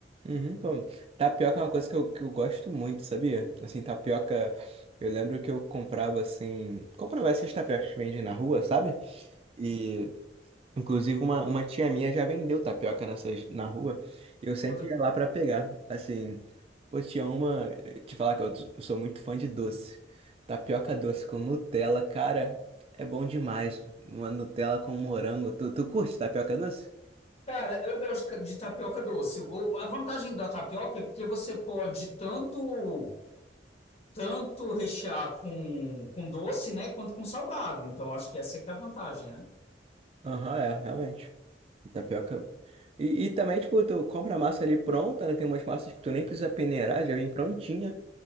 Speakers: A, on the right; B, on the left.
A: Uhum, pô. Tapioca é uma coisa que eu, que eu gosto muito, sabia? Assim, tapioca. Eu lembro que eu comprava assim. Comprava essas tapiocas que vendem na rua, sabe? E Inclusive, uma, uma tia minha já vendeu tapioca nessas, na rua. E eu sempre
B: Olha,
A: ia lá pra pegar. Assim, pô, tinha uma. eh, Te falar que eu t- eu sou muito fã de doce. Tapioca doce com Nutella, cara, é bom demais. Uma Nutella com morango. Tu, tu curte tapioca doce?
B: Cara, eu gosto ca- de tapioca doce. O- A vantagem da tapioca é porque você pode tanto tanto rechear com, com doce, né, quanto com salgado. Então, acho que essa é que é a vantagem, né?
A: Aham, é, realmente. Tapioca. E, e também, tipo, tu compra a massa ali pronta, né? Tem umas massas que tu nem precisa peneirar, já vem prontinha.